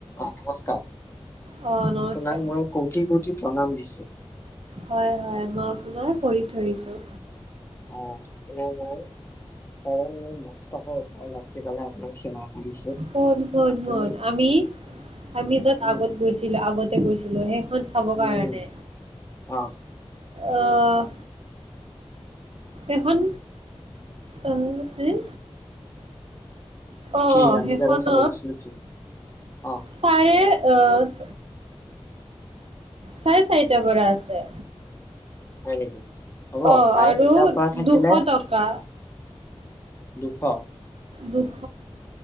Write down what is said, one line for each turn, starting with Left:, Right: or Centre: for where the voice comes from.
Left: অ' নমস্কাৰ।
Right: অ নমস্কাৰ
Left: আপোনাক মই কৌটি-কৌটি প্ৰণাম দিছোঁ।
Right: হয়-হয় মই আপোনাৰ ভৰিত ধৰিছো।
Left: অ' আপোনাৰ মই সৰল মস্তকৰ ওপৰত ৰাখি পেলাই আপোনাক সেৱা কৰিছো
Right: শুন-শুন-শুন
Left: আপুনি
Right: আমি আমি যত
Left: উম
Right: আগত গৈছিলো আগত ততে গৈছিলোঁহে। ত চাব কাৰণে।
Left: উম অ
Right: অহ', এখন এহ এ <unintelligible> অ-অ
Left: কি আমি
Right: সেইখনত
Left: যে আগত চাব গৈছিলো কি অ
Right: ছাৰে অহ। চাৰে চাৰিটাৰ পৰা আছে।
Left: হয় নেকি? হ'ব
Right: অ',
Left: চাৰে
Right: আৰু
Left: চাৰিটাৰ পৰা থাকিলে
Right: দুশ টকা
Left: দুশ।
Right: দুশ।